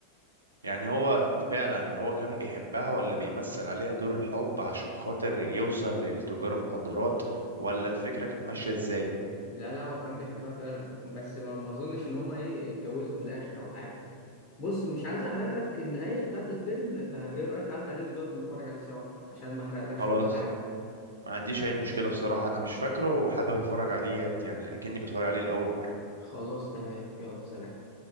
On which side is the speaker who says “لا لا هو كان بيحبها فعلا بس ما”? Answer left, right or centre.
Left